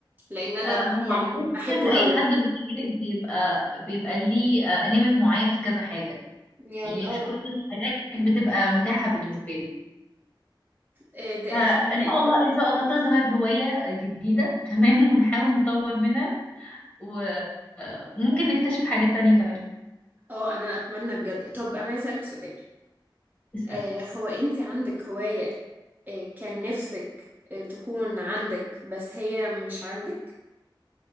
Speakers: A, on the right (about 20°); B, on the left (about 20°).
A: لان انا
B: آه،
A: ب-
B: هو
A: يعني
B: عموما
A: بحبه
B: اي
A: قوي
B: حد بيتكلم بيبقى بيبقى ليه ليميت معين في كذا حاجه
A: يعني
B: يعني
A: اه
B: مش كل الحاجات بتبقى متاحة بالنسبة له
A: آه، ده
B: فإن
A: الحياة
B: شاء الله إن شاء الله تظهر هواية جديدة <laughs> تمام ونحاول نطور منها وممكن نكتشف حاجات تانية كمان
A: اه انا اتمنى بجد طب انا عايزه اسالك سؤال
B: اسأل
A: آه هو انت عندك هوايه آه كان نفسك آه تكون عندك بس هي مش عندك